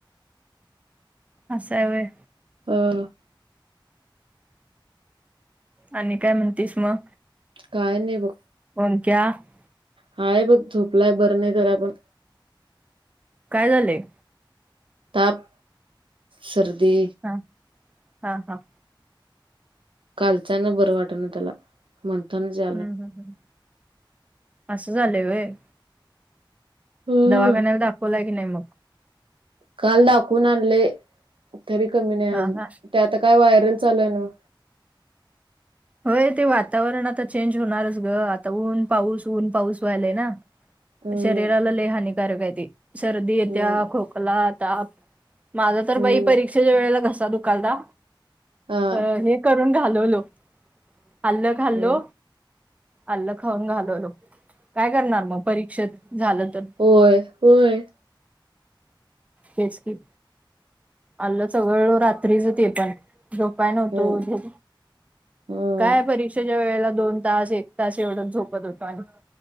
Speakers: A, on the right; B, on the right.
A: असयं व्हय.
B: अ ह्.
A: आणि काय म्हणतेस मग?
B: काय नाही बघ.
A: <unintelligible>
B: हाय, बघं झोपलाय बरं नाही त्याला पण.
A: काय झालंय.
B: ताप, सर्दी
A: छान हा हा.
B: कालचां ना बरं वाट ना त्याला <unintelligible>
A: ह ह ह हम असं झालंयं व्हयं?
B: हम्म
A: दवाखान्याला दाखवला की नाही मग?
B: काल दाखवून आणलयं तरी कमी नाही,
A: हा
B: अजून
A: हा
B: ते आता काय वायरल चालूयं नव्ह?
A: होय ते वातावरण आता चेंज होणारच ग आता ऊन पाऊस ऊन पाऊस व्हायलाय ना.
B: हम्म
A: शरीराला लले हानिकारक आहे ते सर्दी येत्या
B: हम्म
A: खोकला, ताप. माझं तर
B: हम्म
A: बाई परीक्षेच्या वेळेला घसा दुखालथा
B: हा
A: अ हे करून घालवलो. अल्लं खाल्लो,
B: अ
A: अल्लं खाऊन घालवलो. काय करणार मग परीक्षेत झालं तर.
B: होय. व्होय.
A: हेच की. आलं चगळं रात्रीचं ते पण झोपाय नव्हतो.
B: हम्म हम्म
A: काय परीक्षेच्या वेळेला दोन तास एक तास एवढं झोपत होतो आणि